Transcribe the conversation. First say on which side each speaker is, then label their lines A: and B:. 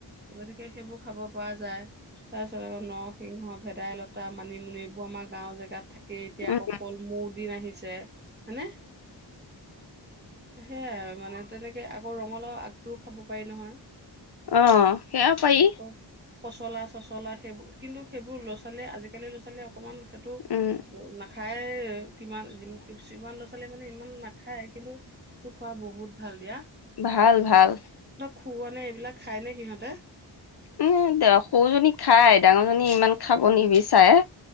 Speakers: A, on the right (about 25°); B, on the left (about 60°).
A: গতিকে সেইবোৰ খাব পোৱা যায় তাৰ পিছত আকৌ নৰসিংহ, ভেদাইলতা, মানিমুনি এইবোৰ আমাৰ গাঁও জেগাত থাকে এতিয়া আকৌ
B: উম
A: কলমৌ দিন আহিছে যে হৈনে <unintelligible> সেয়াই মানে তেনেকে আকৌ ৰঙালাও আগটোও খাব পাৰি নহয়।
B: অ, সেয়া পাৰি।
A: আকৌ পচলা চচলা সেইবোৰ কিন্তু সেইবোৰ ল'ৰা ছোৱালীয়ে আজিকালিৰ ল'ৰা ছোৱালীয়ে অকমান সেইটো
B: উম
A: <unintelligible> খাই কিমান সিমান ল'ৰা ছোৱালীয়ে মানে ইমান নাখায় কিন্তু তটো খোৱা বহুত ভাল দিয়া
B: ভাল ভাল
A: খৱ নে এইবিলাক খাই নে সিহঁতে
B: উ সৰুজনী খাই ডাঙৰ জনী ইমান খাব নিবিচাৰে